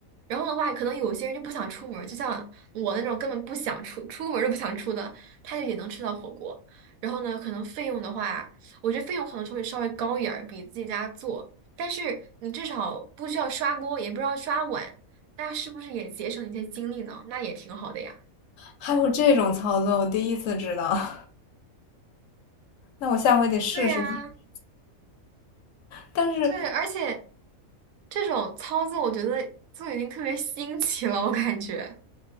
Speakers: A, on the right; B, on the left.
A: 然后的话，可能有些人就不想出门儿就像我那种根本不想出出门儿都不想出的，他就也能吃到火锅。然后呢，可能费用的话，我觉得费用可能稍微稍微高一点儿，比自己家做，但是你至少不需要刷锅，也不需要刷碗，那是不是也节省一些精力呢？那也挺好的呀。
B: 还有这种操作，我第一次知道。<laughs> 那我下回得试试。
A: 对呀，
B: <laughs> 但是，
A: 对，而且这种操作我觉得就已经特别新奇了，我感觉。